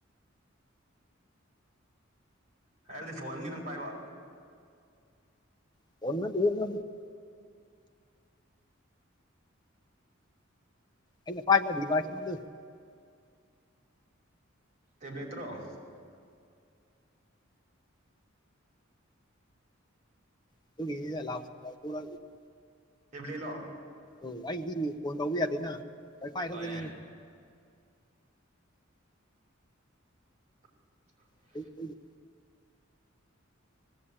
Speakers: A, on the right; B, on the left.
A: ꯍꯥꯏꯕꯗꯤ ꯐꯣꯟꯅꯤ ꯅꯪ ꯄꯥꯏꯕ
B: ꯑꯣ ꯑꯩꯅ ꯄ ꯗꯤꯕꯥꯁꯗ
A: ꯇꯦꯕ꯭ꯂꯦꯇ꯭ꯔꯣ
B: <unintelligible>
A: ꯇꯦꯕ꯭ꯂꯦꯠꯂꯣ
B: ꯎꯝ ꯑꯩꯗꯤ ꯃꯤꯁꯀꯣꯜ ꯇꯧꯕ ꯌꯥꯗꯦꯅ ꯀꯔꯤ ꯐꯥꯏꯈ꯭ꯔꯗꯅꯤ
A: ꯍꯣꯏꯅꯦ <inaudible>
B: <unintelligible>